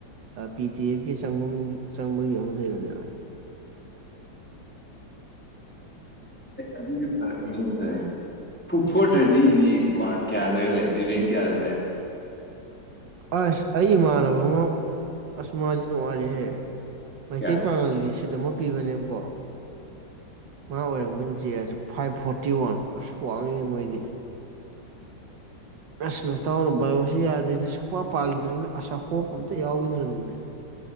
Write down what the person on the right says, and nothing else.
ꯄꯤ ꯗꯤ ꯑꯦꯐꯀꯤ ꯆꯪꯐꯝ ꯆꯪꯕꯒꯤ ꯑꯃ ꯂꯩꯕꯅꯦꯕ
ꯑꯁ ꯑꯩ ꯏꯃꯥꯟꯅꯕ ꯑꯃ ꯑꯁꯃꯥꯖꯤ ꯅꯨꯡꯉꯥꯏꯔꯤꯍꯦ ꯃꯩꯇꯩ
ꯄꯥꯉꯜꯒꯤ ꯁꯤꯠ ꯑꯃ ꯄꯤꯕꯅꯦꯕꯀꯣ ꯃꯥ ꯑꯣꯏꯔꯝꯕꯅꯤ ꯆꯦ ꯐꯥꯏꯚ ꯐꯣꯔꯇꯤ ꯋꯥꯟ ꯑꯁ ꯋꯥꯡꯉꯤ ꯃꯣꯏꯗꯤ ꯑꯁ ꯅ ꯇꯥꯎꯅ ꯌꯁꯤ ꯌꯥꯗꯗꯤ ꯁꯨꯄꯥ ꯄꯒꯗ꯭ꯔꯦꯅꯦ ꯑꯁ ꯍꯣꯄꯇ ꯌꯥꯎꯒꯗ꯭ꯔꯣꯅꯤꯅꯦ